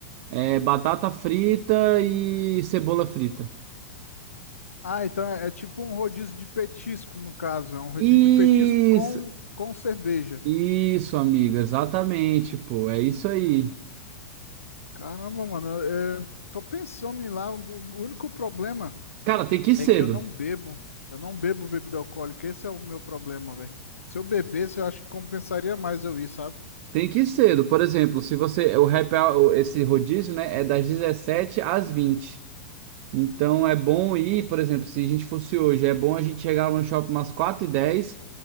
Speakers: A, on the right; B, on the left.
A: é, batata frita e cebola frita.
B: ah, então é, é tipo um rodízio de petisco, no caso. É um rodízio
A: Isso,
B: de petisco com, com cerveja.
A: isso, amigo. Exatamente, pô. É isso aí.
B: Caramba, mano, eu, eu tô pensando em ir lá. O o único problema
A: Cara, tem que ir
B: é
A: cedo.
B: que eu não bebo. Eu não bebo bebida alcoólica. Esse é o meu problema, velho. Se eu bebesse, eu acho que compensaria mais eu ir, sabe?
A: Tem que ir cedo. Por exemplo, se você. O happy hour, esse rodízio, né? É das 17 às 20. Então
B: Uhum.
A: é bom ir, por exemplo, se a gente fosse hoje, é bom a gente chegar lá no shopping umas quatro e dez